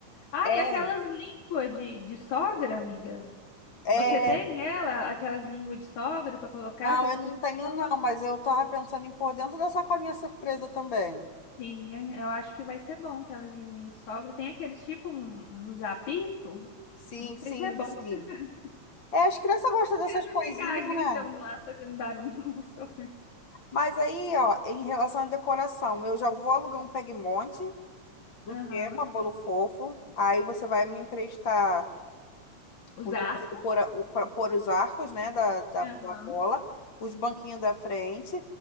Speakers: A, on the left; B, on the left.
A: Ah,
B: É,
A: e aquelas línguas de, de sogra, amiga?
B: é.
A: Você tem ela, aquelas línguas de sogra para colocar
B: Não,
A: que as
B: eu
A: crianças
B: não tenho
A: adoram?
B: não, mas eu tava pensando em pôr dentro da sacolinha surpresa também.
A: Sim, é, eu acho que vai ser bom aquelas linguinhas de sogra. Tem aqueles tipo um, uns apito,
B: Sim,
A: não sei
B: sim,
A: se é bom.
B: sim.
A: <laughs>
B: É, as crianças gostam dessas
A: criança
B: coisinhas,
A: ficar gritando
B: né?
A: lá, fazendo barulho no nosso ouvido.
B: Mas aí, ó, em relação à decoração, eu já vou alugar um peg monte do
A: Aham.
B: tema Bolo Fofo. Aí você vai me emprestar
A: Os
B: o negócio
A: arcos.
B: de pôr, a- o- pra pôr os arcos, né, da, da
A: Aham.
B: cola, os banquinhos da frente.